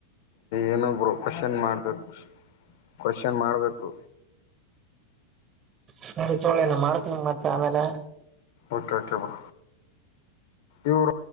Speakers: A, on the left (about 50°); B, on the right (about 25°).
A: ಏನು ಬ್ರೋ ಕ್ವಶನ್ ಮಾಡ್ಬೇಕು ಕ್ವಶನ್ ಮಾಡ್ಬೇಕು.
B: ಸರಿ ತೋಳಿಣ ಮಾಡ್ತೀನಿ ಮತ್ತೆ ಆಮೇಲೆ.
A: Okay okay bro ಇವೂರು.